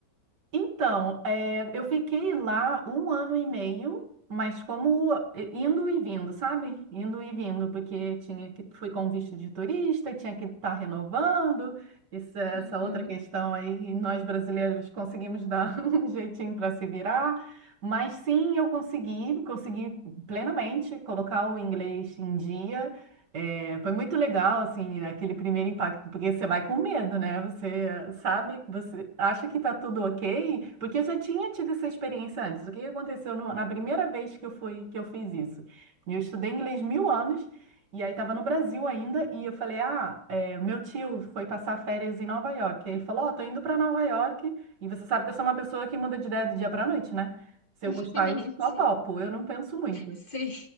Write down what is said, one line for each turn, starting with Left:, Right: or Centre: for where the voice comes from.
Right: Então, eh, eu fiquei lá um ano e meio, mas como eh, indo e vindo, sabe? Indo e vindo, porque tinha que fui com visto de turista, tinha que estar renovando. Isso, essa
Left: Uhum.
Right: outra questão aí, nós brasileiros conseguimos dar <laughs> um jeitinho para se virar. Mas sim, eu consegui, consegui plenamente colocar o inglês em dia. É, foi muito legal, assim, aquele primeiro impacto, porque você vai com medo, né? Você sabe, você acha que tá tudo ok, porque eu já tinha tido essa experiência antes. O que que aconteceu no- na primeira vez que eu fui, que eu fiz isso? Eu estudei inglês mil anos, e aí estava no Brasil ainda, e eu falei, ah, é, meu tio foi passar férias em Nova York. Aí ele falou, ó, tô indo para Nova York, e você sabe que eu sou uma pessoa que muda de ideia do dia para noite, né? Se
Left: <laughs>
Right: eu gostar, eu só
Left: Sim.
Right: topo, eu não penso muito. <laughs>
Left: Sim.